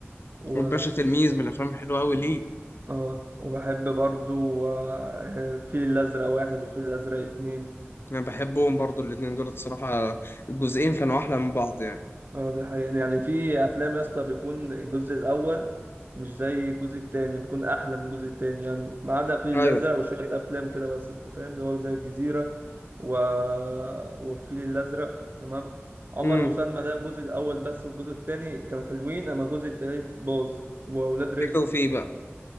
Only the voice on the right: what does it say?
و
اه وبحب برضو آه، الفيل الازرق واحد وفيل الازرق اتنين
اه دي حقيقة يعني في أفلام يا اسطى بيكون الجزء الأول مش زي الجزء التاني بيكون أحلى من الجزء التاني يعني ما عدا في الأزرق
وشوية أوكي. أفلام كده بس أنت فاهم اللي هو زي الجزيرة و... والفيل الأزرق تمام عمر
وسلمى ده الجزء الأول بس والجزء التاني كانوا حلوين أما الجزء التالت باظ وأولاد رزق